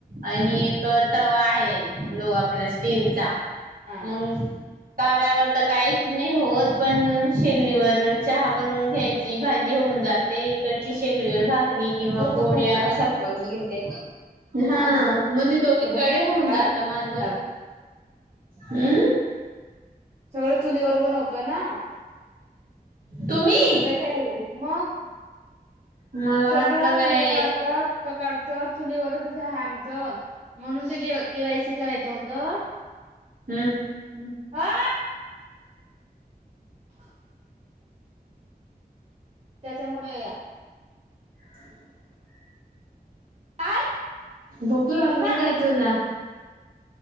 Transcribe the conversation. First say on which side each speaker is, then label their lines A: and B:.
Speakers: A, on the right; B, on the right.
A: आणि एक तवा आहे लो आप आपला स्टीलीलचा
B: हा.
A: मग तव्यावर तर काहीच नाही होत पण शेगडीवर चहा बनवून घ्यायची, भाजी हो ऊन जाते. इकडची शेकडीवर भाकरी किंवा
B: लवकर
A: पोळ्या
B: होऊन जात
A: असा
B: ना
A: करून घेते. हा
B: आमचं तर पूर्ण
A: म्हणजे
B: चुलीवर
A: दोन्हीकडे
B: बनवतो
A: होऊन
B: बाबा
A: जात
B: टाइम
A: माझ.
B: लागून
A: हमम
B: सगळं चुलीवर बनवतोय ना
A: तुम्ही
B: चला मग
A: मला
B: सगळं
A: वाटलं काय
B: संध्याकाळच सकाळचं चुलीवरच आहे आमचं म्हणून ते केवायसी करायचं होत त
A: हम्
B: हम्म आा <inaudible> त्याच्यामुळे
A: <unintelligible>
B: काय
A: भूक लागली
B: मा
A: काय तुला